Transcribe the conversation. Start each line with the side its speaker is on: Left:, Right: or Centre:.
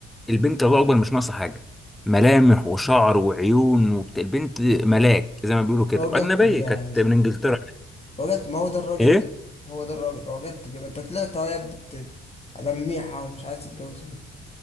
Centre: البنت الله اكبر مش ناقصه حاجه ملامح وشعر وعيون وبت... البنت ملاك زي ما بيقولوا كده
Left: اعجبت
Centre: واجنبيه
Left: بيها
Centre: كانت
Left: يعني زي
Centre: من
Left: ما بيقولوا
Centre: انجلترا
Left: كده اعجبت ما هو ده الراجل
Centre: ايه
Left: يعني هو ده الراجل اعجبت بيها ما انت طلعت اهو يا ابني بت انا ميحه ومش عايز تتجوزني